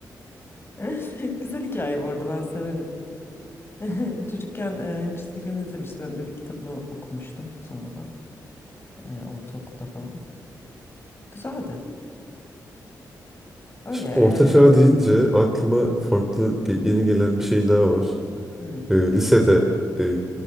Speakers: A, on the left (about 30°); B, in the centre.
A: ya? <laughs> Güzel hikaye bu arada ben severim. <laughs> Çocukken e, hem çizgi film izlemiştim hem de bir kitabını okumuştum sonradan e, ortaokulda falan. Güzeldi. Öyle.
B: Şimdi
A: e,
B: Orta Çağ deyince aklıma
A: hı,
B: farklı ge- yeni gelen bir şey daha var.
A: hı,
B: E, lisede e,